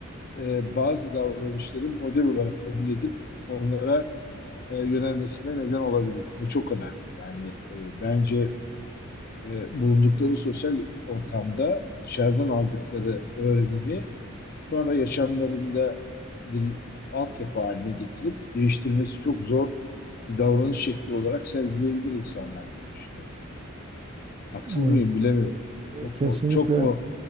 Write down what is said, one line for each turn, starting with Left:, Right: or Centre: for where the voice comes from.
Left: e, bazı davranışların model olarak kabul edip onlara e, yönelmesine neden olabilir. Bu çok önemli. Yani e, bence e, bulundukları sosyal ortamda dışarıdan aldıkları öğrenimi sonra yaşamlarında bir altyapı haline getirip değiştirmesi çok zor bir davranış şekli olarak sergileyebilir insanlar diye düşünüyorum. Haksız
Right: evet,
Left: mıyım bilemiyorum.
Right: Yo,
Left: Çok
Right: kesinlikle
Left: mu çok mu